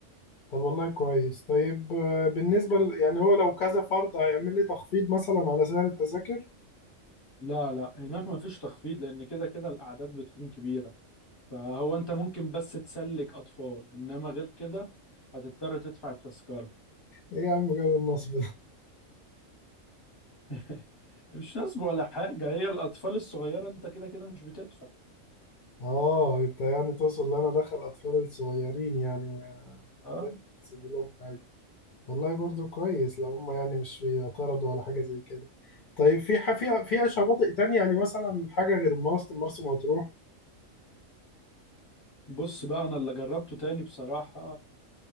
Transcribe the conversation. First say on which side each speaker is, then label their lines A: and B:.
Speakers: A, on the left; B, on the left.
A: طب والله كويس طيب آه، بالنسبه ل- يعني هو لو كذا فرد هيعمل لي تخفيض مثلا على سعر التذاكر
B: لا لا هناك مفيش تخفيض لأن كده كده الأعداد بتكون كبيرة فهو أنت ممكن بس تسلك أطفال إنما غير كده هتضطر تدفع التذكرة
A: ايه يا عم جو النصب
B: <laughs> مش نصب ولا حاجة هي الأطفال الصغيرة أنت كده كده مش بتدفع
A: اه انت يعني تقصد ان انا دخل اطفال الصغيرين يعني ما
B: أه
A: اسيب لهم حاجه والله برضو كويس لو هم يعني مش بيعترضوا على حاجه زي كده طيب في ح- في فيها شواطئ تانية يعني مثلا حاجه غير مرسى مرسى مطروح
B: بص بقى أنا اللي جربته تاني بصراحة